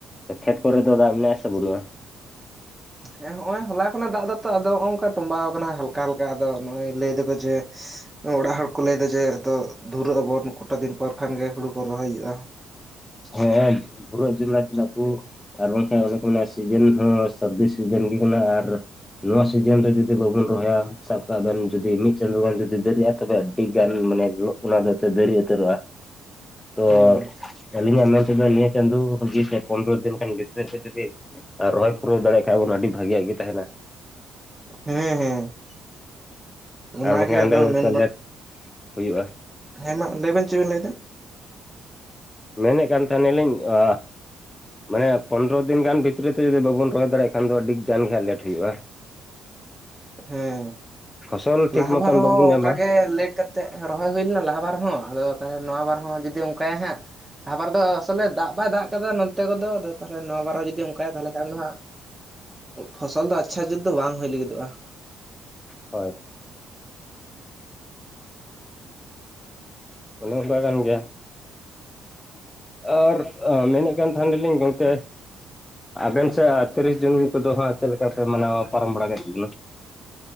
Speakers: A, on the left; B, on the right.
A: ᱛᱚ ᱠᱷᱮᱛ ᱠᱚᱨᱮ ᱫᱚ ᱫᱟᱜ ᱢᱮᱱᱟᱜ ᱟᱥᱮ ᱵᱟᱹᱱᱩᱜᱼᱟ?
B: ᱦᱮᱸ ᱦᱚᱸᱜᱼᱚᱭ ᱦᱚᱞᱟ ᱠᱷᱚᱱᱟᱜ ᱫᱟᱜ ᱫᱟ ᱛᱚ, ᱟᱫᱚ ᱦᱚᱸᱜ ᱚᱝᱠᱟ ᱛᱚᱸᱢᱵᱟᱣ ᱠᱟᱱᱟ ᱦᱟᱞᱠ ᱦᱟᱞᱠᱟ ᱦᱟᱞᱠᱟ ᱟᱫᱚ ᱱᱚᱜᱼᱚᱭ ᱞᱟᱹᱭ ᱫᱟᱠᱚ ᱡᱮ ᱚᱲᱟᱜ ᱦᱚᱲ ᱠᱚ ᱞᱟᱹᱭ ᱫᱟ ᱡᱮ ᱟᱫᱚ ᱫᱷᱩᱨᱟᱹᱜ ᱟᱵᱚᱱ, ᱠᱚᱴᱟ ᱫᱤᱱ ᱯᱚᱨ ᱠᱷᱟᱱᱜᱮ ᱦᱩᱲᱩ ᱠᱚ ᱨᱚᱦᱚᱭ ᱦᱩᱭᱩᱜᱼᱟ᱾
A: ᱦᱮᱸ ᱵᱷᱩᱨᱟᱹᱜ ᱡᱚᱱᱟ ᱠᱮᱫᱟ ᱠᱚ ᱟᱨ ᱵᱟᱝ ᱠᱷᱟᱱ ᱚᱱᱮ ᱠᱚ ᱢᱮᱱᱟ ᱥᱤᱡᱤᱱ ᱦᱚᱸ ᱥᱟᱨᱫᱤ ᱥᱤᱡᱤᱱ ᱜᱮ ᱠᱟᱱᱟ ᱟᱨ ᱱᱚᱣᱟ ᱥᱤᱡᱤᱱ ᱨᱮ ᱡᱩᱫᱤ ᱵᱟᱵᱚᱱ ᱨᱚᱦᱚᱭᱟ, ᱥᱟᱵ ᱠᱟᱜ ᱵᱮᱱ ᱡᱩᱫᱤ ᱢᱤᱫ ᱪᱟᱸᱫᱳ ᱜᱟᱱ ᱡᱩᱫᱤ ᱫᱮᱨᱤᱜᱼᱟ ᱛᱚᱵᱮ, ᱟᱹᱰᱤ ᱜᱟᱱ ᱢᱟᱱᱮ ᱚᱱᱟ ᱫᱚᱛ ᱫᱮᱨᱤ ᱩᱛᱟᱹᱨᱚᱜᱼᱟ ᱛᱚ,
B: ᱦᱩᱸ
A: ᱟᱹᱞᱤᱧᱟᱜ ᱢᱮᱱ ᱛᱮᱫ ᱱᱤᱭᱟᱹ ᱪᱟᱸᱫᱳ ᱯᱚᱱᱨᱚ ᱫᱤᱱ ᱠᱷᱟᱱ ᱜᱮ ᱵᱷᱤᱛᱨᱤ ᱛᱮ, <unintelligible> ᱟᱨ ᱨᱚᱦᱚᱭ ᱯᱩᱨᱟᱹᱣ ᱫᱟᱲᱮᱭᱟᱜ ᱠᱷᱟᱡ ᱵᱚᱱ ᱟᱹᱰᱤ ᱵᱷᱟᱹᱜᱤᱭᱟᱜ ᱜᱮ ᱛᱟᱦᱮᱱᱟ᱾
B: ᱦᱮᱸ ᱦᱮᱸ, ᱚᱱᱟᱜᱮ
A: ᱟᱨ ᱵᱟᱝᱠᱷᱟᱱ ᱚᱸᱰᱮ
B: ᱟᱫᱚ
A: ᱫᱚ
B: ᱢᱮᱱ
A: ᱛᱟᱦᱚᱞᱮ ᱦᱩᱭᱩᱜᱼᱟ᱾
B: ᱦᱮᱸ ᱢᱟ ᱞᱟᱹᱭ ᱵᱮᱱ ᱪᱮᱫ ᱵᱮᱱ ᱞᱟᱹᱭᱫᱟ᱾
A: ᱢᱮᱱᱮᱫ ᱠᱟᱱ ᱛᱟᱦᱮᱱᱟᱞᱤᱧ ᱟ, ᱢᱟᱱᱮ ᱯᱚᱱᱨᱚ ᱫᱤᱱ ᱜᱟᱱ ᱵᱷᱤᱛᱨᱤ ᱛᱮ ᱡᱩᱫᱤ ᱵᱟᱵᱚᱱ ᱨᱚᱦᱚᱭ ᱫᱟᱲᱮᱭᱟᱜ ᱠᱷᱟᱱ ᱫᱚ ᱟᱹᱰᱤ ᱜᱟᱱ ᱜᱮ ᱦᱟᱸᱜ ᱞᱮᱴ ᱦᱩᱭᱩᱜᱼᱟ᱾ <unintelligible>
B: ᱦᱮᱸ,
A: ᱯᱷᱚᱥᱚᱞ ᱴᱷᱤᱠ
B: ᱞᱟᱦᱟ
A: ᱢᱚᱛᱚᱱ
B: ᱵᱟᱨ
A: ᱵᱟᱵᱚᱱ
B: ᱦᱚᱸ
A: ᱧᱟᱢᱟ
B: ᱚᱱᱠᱟᱜᱮ ᱞᱮᱴ ᱠᱟᱛᱮ, ᱛᱮᱫ ᱨᱚᱦᱚᱭ ᱦᱩᱭ ᱞᱮᱱᱟ ᱞᱟᱦᱟ ᱵᱟᱨ ᱦᱚᱸ, ᱟᱫᱚ ᱛᱟᱦᱚᱞᱮ ᱱᱚᱣᱟ ᱵᱟᱨ ᱦᱚᱸ ᱡᱩᱫᱤ ᱚᱱᱠᱟᱭ ᱦᱟᱸᱜ᱾ ᱞᱟᱦᱟᱵᱟᱨ ᱫᱚ ᱟᱥᱚᱞᱮ ᱫᱟᱜ ᱵᱟᱭ ᱫᱟᱜ ᱠᱟᱫᱟ ᱱᱚᱱᱛᱮ ᱠᱚᱫᱚ ᱟᱫᱚ, ᱛᱟᱦᱚᱞᱮ ᱱᱚᱣᱟ ᱵᱟᱨᱦᱚ ᱡᱩᱫᱤ ᱚᱱᱠᱟᱭᱟ ᱛᱟᱦᱚᱞᱮ ᱠᱷᱟᱱ ᱫᱚ ᱦᱟᱸᱜ, ᱯᱷᱚᱥᱚᱞ ᱫᱚ ᱟᱪᱪᱷᱟ ᱡᱩᱛ ᱫᱚ ᱵᱟᱝ ᱦᱩᱭ ᱞᱟᱹᱜᱤᱫᱚᱜᱼᱟ᱾
A: ᱦᱚᱭ᱾ ᱚᱱᱮ ᱚᱠᱟ ᱠᱟᱱ ᱜᱮᱭᱟ᱾ ᱟᱨ, ᱢᱮᱱᱮᱫ ᱠᱟᱱ ᱛᱟᱦᱮᱱᱟ ᱞᱤᱧ ᱜᱚᱝᱠᱮ? ᱟᱵᱮᱱ ᱥᱮᱫ ᱛᱤᱨᱤᱥ ᱡᱩᱱ ᱠᱚᱫᱚ ᱦᱟᱸᱜ, ᱪᱮᱫ ᱞᱮᱠᱟ ᱯᱮ ᱢᱟᱱᱟᱣᱟ ᱯᱟᱨᱚᱢ ᱵᱟᱲᱟ ᱠᱮᱫ ᱛᱟᱵᱚᱱᱟ᱾